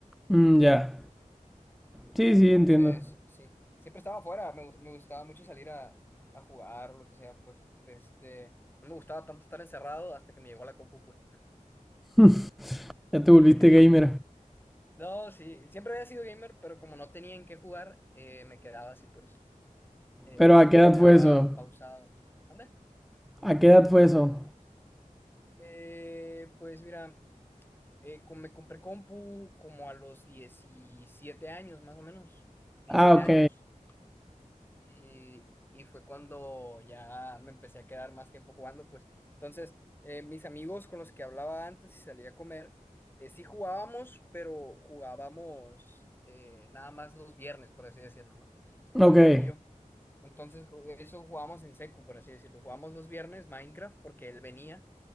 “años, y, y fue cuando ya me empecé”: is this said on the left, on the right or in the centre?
Left